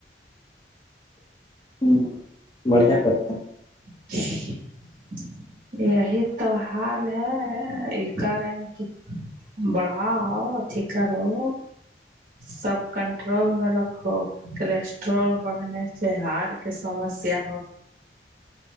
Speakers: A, on the left; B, on the right.
A: ہوں بڑھیا کرتا
B: <unintelligible> یہی تو حال ہے یہ کر رہے ہیں کہ بڑھا آ فکر ہو سب کنٹرول میں رکھو کولیسٹرول بڑھنے سے ہارڈ کہ سمسیا ہو